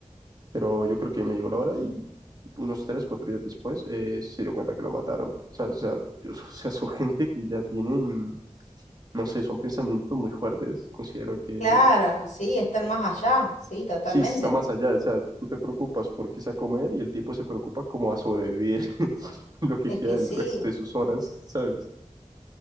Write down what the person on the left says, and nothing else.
Claro, sí, están más allá, sí, totalmente.
Es
que
sí,